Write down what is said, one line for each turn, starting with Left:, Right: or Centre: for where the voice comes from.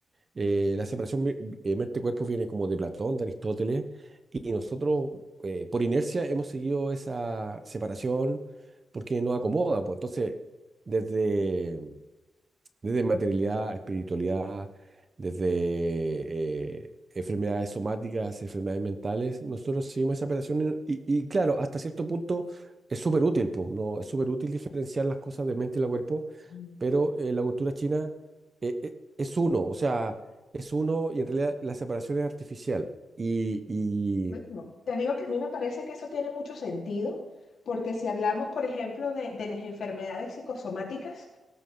Right: eh, la separación mi- eh, mente-cuerpo viene como de Platón, de Aristóteles, y nosotros eh, por inercia hemos seguido esa separación porque nos acomoda, pues. Entonces, desde, desde materialidad, espiritualidad, desde eh, enfermedades somáticas, enfermedades mentales. Nosotros seguimos esa operación y, y- y claro, hasta cierto punto es súper útil, po, ¿no? Es súper útil diferenciar las cosas de mente y la cuerpo,
Left: Ujú.
Right: pero eh, la cultura china eh, eh, es uno, o sea, es uno y en realidad la separación es artificial. Y, y
Left: Bueno, te digo que a mí me parece que eso tiene mucho sentido, porque si hablamos, por ejemplo, de, de las enfermedades psicosomáticas,